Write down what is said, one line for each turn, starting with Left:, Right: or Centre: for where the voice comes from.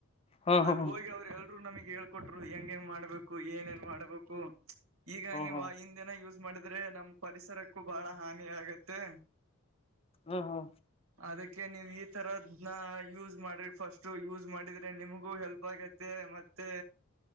Left: ಹಾ
Right: ಅಲ್ಲಿ
Left: ಹಾ ಹಾ
Right: ಹೋಗಿ ಅವರು ಹೇಳ್ ರು ನಮಗೆ ಹೇಳ್ಕೊಟ್ರು ಹೆಂಗ ಹಂಗ್ ಮಾಡ್ಬೇಕು ಏನೆನ್ ಮಾಡ್ಬೇಕು ಈಗ ನೀವು
Left: ಹಾ
Right: ಹಿಂದೆನ ಯೂಸ್ ಮಾಡಿದ್ರೆ ನಮ್ ಪರಿಸರಕ್ಕೂ ಬಹಳ ಹಾನಿ ಆಗತ್ತೆ.
Left: ಹ್ಮ ಹ್ಮ.
Right: ಅದಕ್ಕೆ ನೀವು ಈ ತರದ ನಾ ಯೂಸ್ ಮಾಡ್ರಿ. ಫಸ್ಟ್ ಯೂಸ್ ಮಾಡಿದ್ರೆ ನಿಮಗೂ ಹೆಲ್ಪ್ ಆಗತ್ತೆ ಮತ್ತೆ.